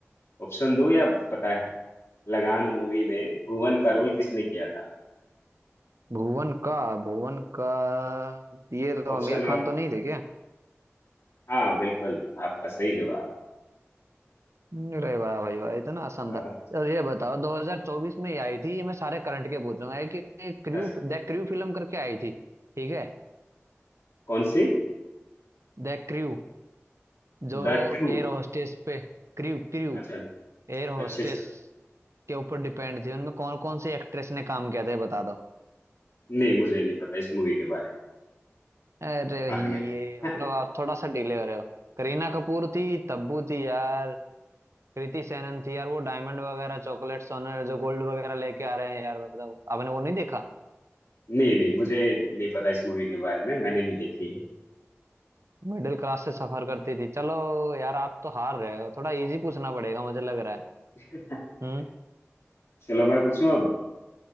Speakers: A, on the left (about 75°); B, on the right (about 75°).
A: ऑप्शन दो या पता है लगान मूवी में भुवन का रोल किसने किया था
B: भुवन का भुवन का ये तो आमिर
A: ऑप्शन
B: खान
A: आप
B: तो नहीं थे क्या
A: हाँ बिल्कुल आपका सही जवाब
B: अरे वाह भाई वाह इतना आसान
A: अ,
B: था और ये बताओ 2024 में ये आई थी ये मैं सारे करंट के पूछ रहा हूँ एक एक क्रू
A: अस-
B: द क्रू फिल्म करके आई थी ठीक है
A: कौन सी
B: द क्रू जो
A: The true
B: एयर होस्टेस पे क्रू क्रू
A: अच्छा अच्छा
B: एयर होस्टेस
A: अच्छा
B: के ऊपर डिपेंड थी उनमें कौन कौन सी एक्ट्रेस ने काम किया था ये बता दो
A: नहीं मुझे नहीं पता इस मूवी के बारे में
B: अरे
A: हार गया
B: ये मतलब
A: <laughs>
B: आप थोड़ा सा डिले हो रहे हो करीना कपूर थी तब्बू थी यार कृति सेनन थी यार वो डायमंड वगैरह चॉकलेट सोना जो गोल्ड वगैरह लेके आ रहे हैं यार बताओ आपने वो नहीं देखा
A: नहीं नहीं मुझे नहीं पता इस मूवी के बारे में मैंने नहीं देखी है
B: मिडिल क्लास से सफर करती थी चलो यार आप तो हार रहे हो थोड़ा इजी पूछना पड़ेगा मुझे लग रहा है
A: <laughs>
B: हम्म
A: चलो मैं पूछूं अब